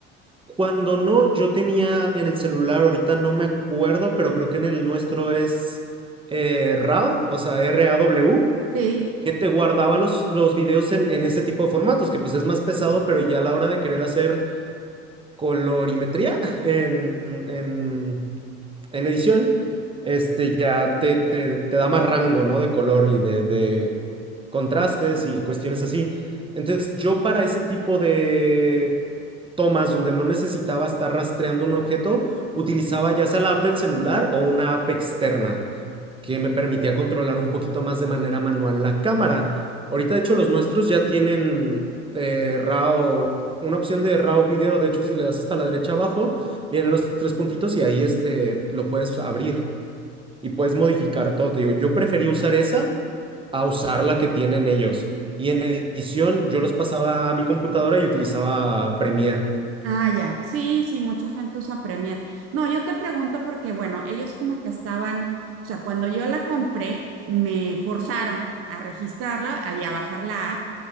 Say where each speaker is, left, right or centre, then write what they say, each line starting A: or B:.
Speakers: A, on the right; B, on the right.
A: Cuando no, yo tenía en el celular, ahorita no me acuerdo, pero creo que en el nuestro es eh, RAW, o sea, R-A-W,
B: sí.
A: que te guardaba los, los videos en, en ese tipo de formatos, que pues es más pesado, pero ya a la hora de querer hacer colorimetría en, en- en edición, este ya te, te- te da más rango, ¿no? De color y de, de contrastes y cuestiones así. Entonces, yo para ese tipo de tomas donde no necesitaba estar rastreando un objeto, utilizaba ya sea la app del celular o una app externa que me permitía controlar un poquito más de manera manual la cámara. Ahorita, de hecho, los nuestros ya tienen eh, RAW, una opción de RAW video. De hecho, si le das hasta la derecha abajo, vienen los tres puntitos y ahí este, lo puedes abrir y puedes modificar todo. Te digo, yo prefería usar esa a usar la que tienen ellos. Y en edición, yo los pasaba a mi computadora y utilizaba Premiere.
B: Ah, ya. Sí, sí, mucha gente usa Premiere. No, yo te pregunto porque, bueno, ellos como que estaban, o sea, cuando yo la compré, me forzaron a registrarla a- y a bajar la app